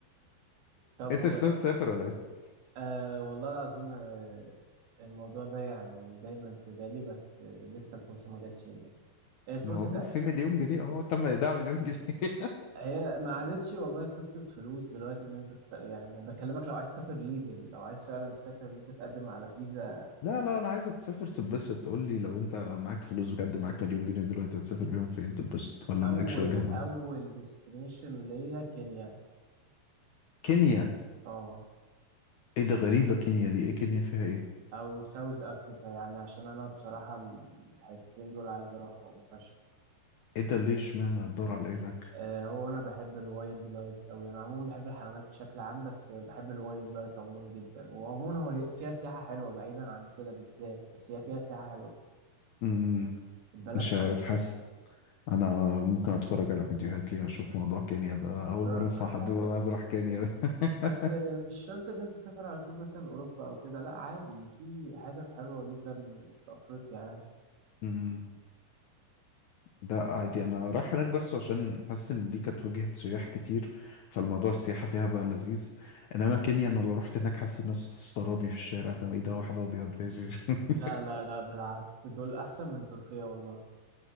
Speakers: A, on the left (about 70°); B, on the right (about 85°).
A: <laughs>
B: طب
A: أنت
B: و...
A: مش ناوي تسافر ولا إيه؟
B: آه والله العظيم آه الموضوع ده يعني دايما في بالي بس آه لسه الفرصة ما جاتش للاسف الفرصة
A: إن هو
B: جا-
A: في مليون جنيه أهو تم إيداع مليون جنيه
B: هي ما عادتش والله قصة فلوس دلوقتي ان انت ت- يعني بكلمك لو عايز تسافر ليجل لو عايز فعلا تسافر ان انت تقدم على فيزا
A: <laughs> لا لا أنا عايزك تسافر تتبسط قول لي لو أنت معاك فلوس بجد معاك مليون جنيه دلوقتي هتسافر بيهم فين تتبسط ولا مالكش
B: اول
A: وجهة معاك
B: اول ديستنيشن ليا كينيا
A: كينيا
B: اه
A: إيه ده غريبة كينيا دي إيه كينيا فيها إيه؟
B: او ساوث افريكا يعني عشان انا بصراحه الحتتين دول عايز اروحهم فشخ
A: إيه ده ليه اشمعنى الدار على إيه هناك؟
B: آه، هو انا بحب الوايلد لايف اوي انا عموما بحب الحيوانات بشكل عام بس بحب الوايلد لايف عموما جدا وعموما هو فيها سياحه حلوه بعيدا عن كده بالذات بس هي فيها سياحه حلوه
A: مم،
B: البلد
A: مش
B: حلوه
A: عارف حاسس
B: يعني
A: انا ممكن اتفرج على فيديوهات ليها اشوف موضوع كينيا ده اول
B: مرة
A: مره اسمع
B: هتعجبك
A: حد يقول انا عايز اروح كينيا ده
B: اصل
A: <laughs>
B: مش شرط ان انت تسافر على طول مثلا اوروبا او كده لا عادي في حتت حلوه جدا في افريقيا يعني.
A: أمم. لا عادي انا رايح هناك بس عشان حاسس ان دي كانت وجهة سياح كتير فالموضوع السياحة فيها بقى لذيذ انما كينيا انا لو رحت هناك حاسس الناس تستغربني في الشارع فاهم ايه ده واحد ابيض بيجي <laughs>
B: لا لا لا بالعكس دول احسن من تركيا والله